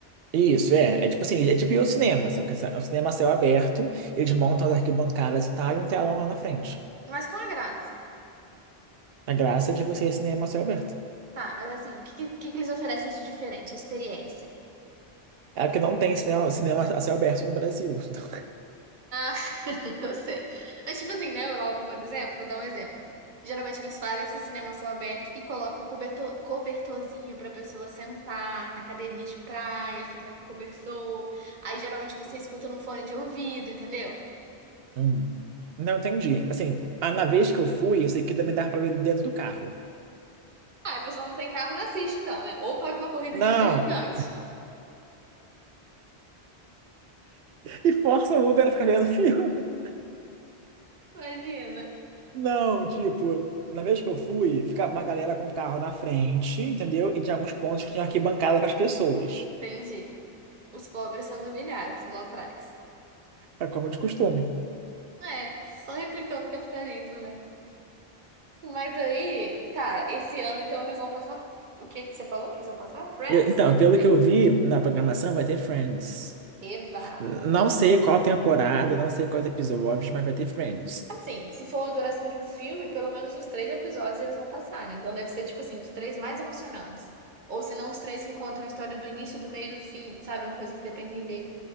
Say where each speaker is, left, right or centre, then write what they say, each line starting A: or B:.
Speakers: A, on the right (about 65°); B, on the right (about 45°).
A: isso, é. É tipo assim, é tipo ir ao cinema, só que essa- é o cinema a céu aberto, eles montam as arquibancadas e tal, e um telão lá na frente.
B: Mas qual é a graça?
A: A graça é de você ir ao cinema a céu aberto.
B: Tá, mas assim, o que, que, que eles oferecem de diferente? Experiência.
A: É porque não tem cinema, cinema a céu aberto no Brasil. <laughs> Então.
B: <laughs> Eu sei. Mas, tipo assim, na Europa, por exemplo, vou dar um exemplo. Geralmente eles fazem esse cinema a céu aberto e colocam um cobertor, cobertorzinho pra pessoa sentar na cadeirinha de praia, ficar com cobertor. Aí geralmente você escuta no fone de ouvido, entendeu?
A: Hum. Não entendi. Assim, a, na vez que eu fui, eu sei que também dava pra ver dentro do carro.
B: Ah, a pessoa não tem carro, não assiste então, né? Ou paga uma corrida
A: Não!
B: de Uber gigante.
A: E força o Uber a ficar vendo filme.
B: Imagina.
A: <laughs> Não, tipo, na vez que eu fui, ficava uma galera com o carro na frente, entendeu? E tinha alguns pontos que tinha arquibancada para as pessoas.
B: Entendi. Os pobres sendo humilhados lá atrás.
A: É como de costume.
B: É, só replicando o capitalismo, né? Mas aí, tá, esse ano então eles vão passar. O que que você falou que eles vão passar? Friends?
A: Eu- então, pelo que eu vi na programação, vai ter Friends.
B: Eva!
A: N- Não
B: Nossa.
A: sei qual temporada, não sei quais episódios, mas vai ter Friends.
B: Assim, se for a duração de um filme, pelo menos uns três episódios eles vão passar, né? Então deve ser, tipo assim, os três mais emocionantes. Ou se não, os três que contam a história do início, do meio e do fim, sabe? Uma coisa que dê pra entender.